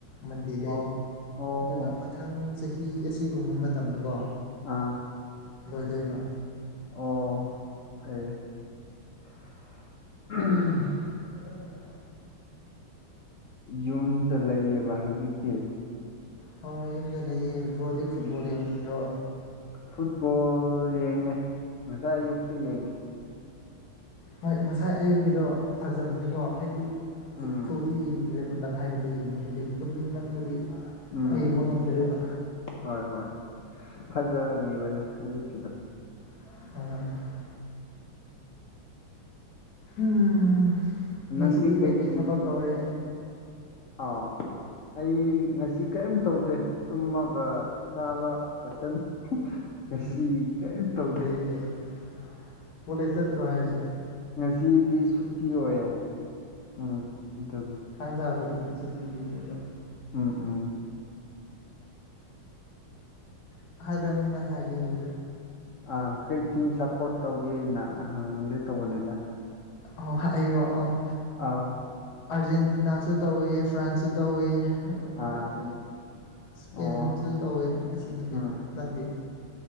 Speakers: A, on the left; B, on the left.
A: ꯃꯟꯗꯤꯔꯗꯩ
B: ꯑꯣ ꯑꯣ
A: ꯑꯗꯨꯒ
B: ꯑꯣ
A: ꯃꯊꯪ ꯆꯍꯤ ꯑꯁꯤꯒꯨꯝꯕ ꯃꯇꯝꯗꯀꯣ
B: ꯑꯥ
A: ꯂꯣꯏꯗꯣꯏꯕ
B: ꯑꯣ <unintelligible>
A: <unintelligible>
B: ꯌꯨꯝꯗ ꯂꯩꯌꯦꯕ ꯍꯧꯖꯤꯛꯇꯤ
A: ꯍꯣꯏ ꯌꯨꯝꯗ ꯂꯩꯌꯦ ꯕꯣꯗꯤ
B: ꯎꯝ
A: ꯐꯨꯠꯕꯣꯜ ꯌꯦꯡꯗ꯭ꯔꯣ
B: ꯐꯨꯠꯕꯣꯜ ꯌꯦꯡꯉꯦ ꯉꯁꯥꯏ ꯑꯌꯨꯛꯁꯨ ꯌꯦꯡꯉꯤ
A: ꯍꯣꯏ ꯉꯁꯥꯏ ꯑꯌꯨꯒꯤꯗꯣ ꯐꯖꯕꯅꯤꯀꯣ ꯑꯩꯒꯤ
B: ꯎꯝ
A: ꯐꯨꯜꯗꯤ ꯌꯦꯡꯗ꯭ꯔꯦꯕꯥ ꯇꯪꯈꯥꯏ ꯈꯛꯇ ꯌꯦꯡꯉꯤ ꯍꯥꯏꯗꯤ ꯇꯨꯝꯅꯤꯡꯃꯟꯕꯒꯤ
B: ꯎꯝ
A: ꯌꯦꯡꯕ ꯉꯝꯗ꯭ꯔꯦꯕ
B: ꯍꯣꯏ ꯍꯣꯏ ꯐꯖꯈꯤꯕꯅꯤ ꯑꯌꯨꯛꯀꯤꯗꯣ
A: <unintelligible> ꯎꯝ ꯉꯁꯤꯗꯤ
B: ꯅꯪꯗꯤ ꯀꯩ
A: ꯀꯩꯀꯩ
B: ꯇꯤꯝ
A: ꯊꯕꯛ ꯇꯧꯔꯦ
B: ꯑꯥ ꯑꯩ ꯉꯁꯤ ꯀꯔꯤꯝ ꯇꯧꯗꯦ ꯇꯨꯝꯃꯒ ꯆꯥꯕ ꯃꯇꯟ ꯉꯁꯤ ꯀꯔꯤꯝ ꯇꯧꯗꯦ
A: <unintelligible> ꯀꯣꯂꯤꯖ ꯆꯠꯇ꯭ꯔꯣ ꯍꯥꯢꯁꯦ
B: ꯉꯁꯤꯗꯤ ꯁꯨꯇꯤ ꯑꯣꯏꯌꯦ ꯎꯝ ꯑꯗꯨꯒꯤ
A: ꯊꯪꯖꯥꯒꯣꯏꯗꯤ ꯁꯨꯇꯤ <unintelligible>
B: ꯎꯝ ꯎꯝ
A: <unintelligible> ꯍꯥꯏꯒꯦ ꯍꯥꯏꯕꯗꯣ
B: ꯑ ꯀꯩ ꯇꯤꯝ ꯁꯞꯄꯣꯔꯠ ꯇꯧꯒꯦꯅ ꯍꯪꯒꯦ ꯇꯧꯕꯅꯤꯗ
A: ꯑꯣ ꯍꯥꯏꯔꯣꯑꯣ
B: ꯑꯥꯎ
A: ꯑꯥꯔꯖꯦꯟꯇꯤꯅꯥꯁꯨ ꯇꯧꯋꯦ ꯐ꯭ꯔꯥꯟꯁꯁꯨ ꯇꯧꯋꯦ <unintelligible>
B: ꯑꯥ
A: ꯑꯦꯁꯄꯥꯏꯟꯁꯨ
B: ꯑꯣ
A: ꯇꯧꯋꯦ ꯑꯁꯤꯅꯤ ꯀꯩꯅꯣ
B: ꯎꯝ
A: ꯅꯪꯗꯤ